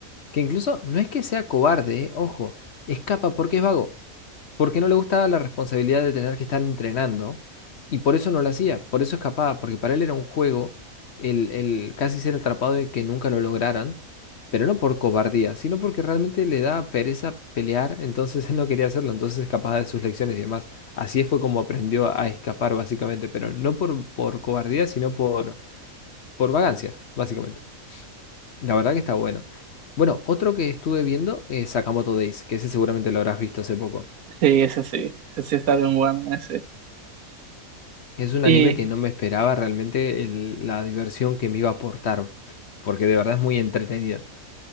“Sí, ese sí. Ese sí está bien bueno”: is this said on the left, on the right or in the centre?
Right